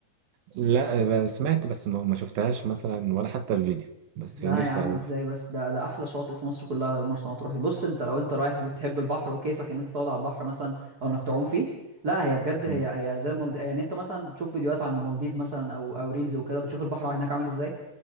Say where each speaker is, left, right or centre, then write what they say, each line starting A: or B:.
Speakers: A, on the right; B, on the right.
A: لا آه، سمعت بس ما ما شفتهاش مثلا ولا حتى الفيديو بس
B: لا
A: يعني نفسي
B: يا عم
A: أروح
B: ازاي بس ده ده احلى شاطئ في مصر كلها مرسى مطروح بص انت لو انت رايح وبتحب البحر وكيفك ان انت تقعد على البحر مثلا او انك تعوم فيه لا هي بجد هي
A: م.
B: هي زي المالديف يعني انت مثلا بتشوف فيديوهات عن المالديف مثلا او او ريلز وكده بتشوف البحر هناك عامل ازاي